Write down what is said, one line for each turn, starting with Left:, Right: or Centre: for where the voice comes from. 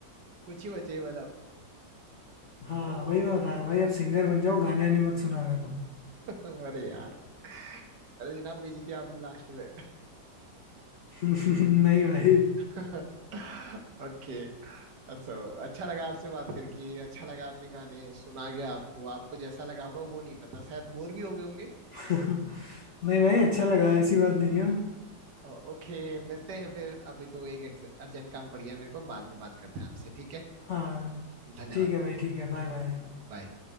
Right: कुछ ही बचे मतलब
Left: हाँ
Right: ओ
Left: वही मैं बता
Right: नो
Left: रहा हूँ भाई आप सिंगर बन जाओ गाने आने मत सुना करो
Right: अरे यार अरे ये ना भेजी थी आपने लास्ट में
Left: <laughs> नहीं भाई
Right: <laughs> ओके सो अच्छा लगा आपसे बात करके अच्छा लगा आपने गाने सुना गया आपको आपको जैसा लगा होगा वो नहीं पता शायद बोर भी हो गए होंगे
Left: <laughs> नहीं भाई अच्छा लगा ऐसी बात नहीं है
Right: ओ- ओके मिलते हैं फिर अभी तो एक अर्जेंट काम पड़ गया मेरे को बाद में बात करते हैं आपसे ठीक है
Left: हाँ
Right: धन्यवाद
Left: ठीक है भाई ठीक है बाय बाय
Right: बाय